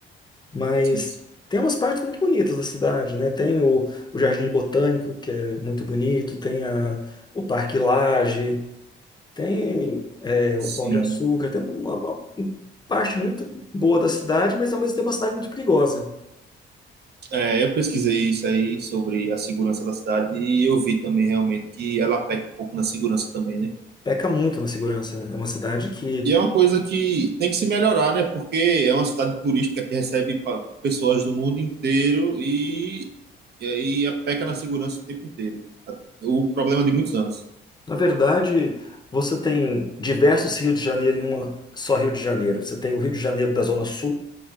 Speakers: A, on the left (about 20°); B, on the right (about 55°).
A: Mas
B: sim, sim.
A: tem umas partes muito bonitas da cidade, né? Tem o, o Jardim Botânico, que é muito bonito, tem a, o Parque Lage. Tem é,
B: Sim,
A: o Pão de Açúcar, tem uma, uma- parte muito boa da cidade, mas ao mesmo tempo é uma cidade muito perigosa.
B: é, eu pesquisei isso aí sobre a segurança da cidade e eu vi também realmente que ela peca um pouco na segurança também, né?
A: Peca muito na segurança. né? É uma cidade que,
B: E é uma coisa que tem que se melhorar, né? Porque é uma cidade turística que recebe pa- pessoas do mundo inteiro e, e aí a peca na segurança o tempo inteiro. O problema é de muitos anos.
A: na verdade, você tem diversos Rio de Janeiro em uma só Rio de Janeiro. Você tem o Rio de Janeiro da Zona Sul,